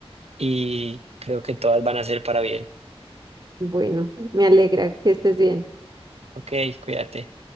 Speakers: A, on the right; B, on the right.
A: y creo que todas van a ser para bien.
B: Bueno, me alegra que estés bien.
A: Ok, cuídate.